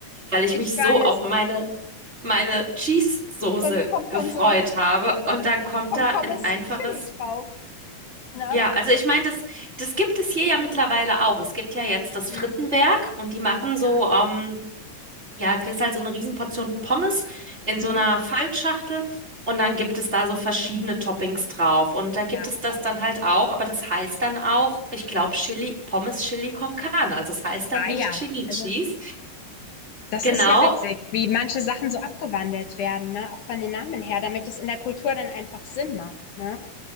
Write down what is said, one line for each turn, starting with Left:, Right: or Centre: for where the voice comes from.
Right: weil ich
Left: Ich
Right: mich so
Left: weiß.
Right: auf meine meine Cheese-Soße
Left: dann kommt
Right: gefreut
Left: dann so ein
Right: habe. Und dann kommt
Left: kommt
Right: da
Left: Pommes
Right: ein einfaches.
Left: mit Chili drauf. Ne?
Right: Ja, also ich meine, das, das gibt es hier ja mittlerweile auch. Es gibt ja jetzt das Frittenwerk
Left: Mhm.
Right: und die machen
Left: Ja.
Right: so, ähm, ja, kriegst halt so eine Riesenportion Pommes in so
Left: Mhm.
Right: einer Faltschachtel. Und dann gibt es da so verschiedene Toppings drauf. Und da gibt
Left: Ja.
Right: es das dann halt auch, aber das heißt dann auch, ich glaube, Chili, Pommes Chili con Carne. Also es heißt dann
Left: Ah
Right: nicht
Left: ja.
Right: Chili Cheese.
Left: Also das
Right: Genau,
Left: ist ja witzig, wie manche Sachen so abgewandelt werden, ne? Auch von den Namen her, damit es in der Kultur dann einfach Sinn macht, ne?